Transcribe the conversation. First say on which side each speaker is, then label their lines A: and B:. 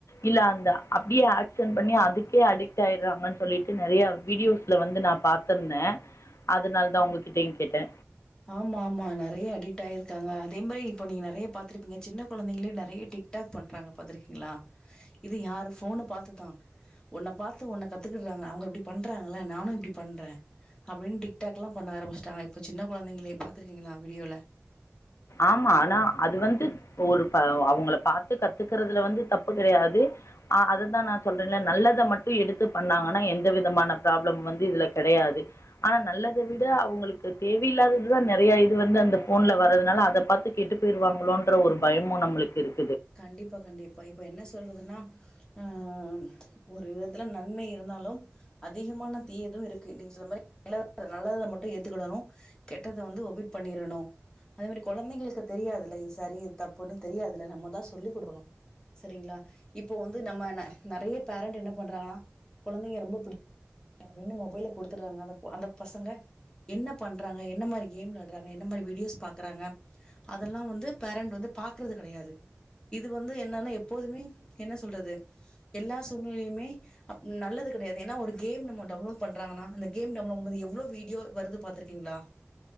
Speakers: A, on the left; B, on the left.
A: இல்ல அந்த அப்டியே ஆக்சன் பண்ணி அதுக்கே அடிக்ட் ஆயிடுறாங்கன்னு சொல்லிட்டு நறைய வீடியோஸ்ல வந்து நா பாத்திருந்தே அதுனால் தா உங்ககிட்டயையு கேட்டே
B: ஆமா ஆமா நறைய அடிக்ட் ஆயிருக்காங்க அதே மாரி இப்ப நீங்க நறைய பாத்துருப்பீங்க சின்ன கொழந்தைங்களே நறைய டிக்டாக் பண்றாங்க பாத்துருக்கீங்களா இது யாரு ஃபோன்னு பாத்துதா ஒன்ன பாத்து ஒன்ன கத்துக்கிடுறாங்க அவுங்க இப்படி பண்றாங்கல்ல நானு இப்படி பண்றே அப்படின்னு டிக்டாக் எல்லா பண்ண ஆரம்பிச்சட்டாங்க இப்ப சின்ன கொழந்தைங்களே பாத்துருக்கீங்களா வீடியோல
A: ஆமா ஆனா அது வந்து ஒரு ப வ அவுங்கள பாத்து கத்துக்குறதுல வந்து தப்பு கெடையாது ஆஹ் அததா நா சொல்றன்ல நல்லத மட்டு எடுத்து பண்ணாங்கன்னா எந்த விதமான ப்ராப்ளம் வந்து இதுல கெடையாது ஆனா நல்லத விட அவுங்களுக்கு தேவையில்லாததுதா நறைய இது வந்து அந்த ஃபோன்ல வ ரதுனால அத பாத்து கெட்டு போயிருவாங்களோன்ற ஒரு பயமு நம்மளுக்கு இருக்
B: கண்டிப்பா கண்டிப்பா இப்ப என்ன சொல்றதுன்னா ஆஹ் ஒரு விதத்துல நன்மை இருந்தாலு அதிகமான தீயது இருக்கு நீங்க சொன்ன மாரி <inaudible> நல்லத மட்டும் ஏத்துக்கிடணு கெட்டத வந்து ஒமிட் பண்ணிரணு அதே மாரி கொழந்தைங்களுக்கு தெரியாதுல்ல இது சரி இது தப் புனு தெரியாதுல நம்ம தா சொல்லிகுடுகணு செரிங்களா இப்போ வந்து நம்ம ந நறைய பேரண்ட் என்ன பண்றாங்கன்னா கொழந்தைங்க ரொம்ப புடி <unintelligible> மொபைல குடுத்துடுறாங்க அந்த பொ பசங்க என்ன பண்றாங்க என்ன மாரி கேம் விளாடுறாங்க என்ன மாரி வீடியோஸ் பாக்குறாங்க அதெல்லா வந்து பேரண்ட் வந்து பாக்றது கெடையாது இது வந்து என்னன்னா எப்போதுமே என்ன சொல்றது எல்லா சூழ்நிலையுமே அம் நல்லது கடையாது ஏன்னா ஒரு கேம் மோ டவுன்லோட் பண்றாங்கனா அந்த கேம் டமமோது எவ்ளோ வீடியோ வருது பாத்துருக்கீங்களா